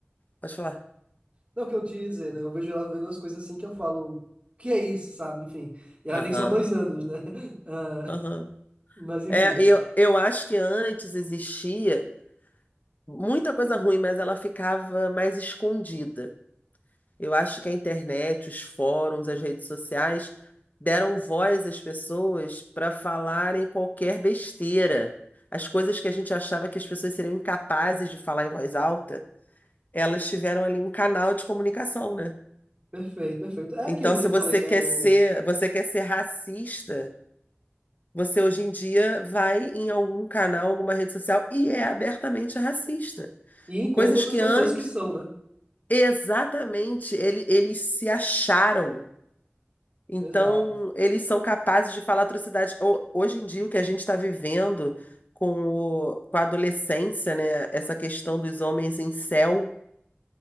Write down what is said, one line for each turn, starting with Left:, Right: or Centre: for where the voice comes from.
Left: pode falar.
Right: não que eu diga dizer, né? Eu vejo ela vendo umas coisas assim que eu falo, que é isso, sabe? Enfim, e ela
Left: Aham,
Right: tem só dois anos, né? <laughs> Ah,
Left: aham.
Right: mas enfim,
Left: É, eu, eu acho que antes existia muita coisa ruim, mas ela ficava mais escondida. Eu acho que a internet, os fóruns, as redes sociais deram voz às pessoas para falarem qualquer besteira. As coisas que a gente achava que as pessoas seriam incapazes de falar em voz alta, elas tiveram ali um canal de comunicação, né?
Right: perfeito, perfeito. É
Left: Então,
Right: aquilo
Left: se
Right: que eu falei,
Left: você
Right: né?
Left: quer
Right: Do...
Left: ser, você quer ser racista. Você hoje em dia vai em algum canal, alguma rede social e é abertamente racista.
Right: E encontro
Left: Coisas
Right: outras
Left: que
Right: pessoas
Left: antes,
Right: que são, né?
Left: exatamente, ele- eles se acharam. Então,
Right: Exato.
Left: eles são capazes de falar atrocidades. Ho- Hoje em dia, o que a gente está vivendo com, o- com a adolescência, né? Essa questão dos homens em incel,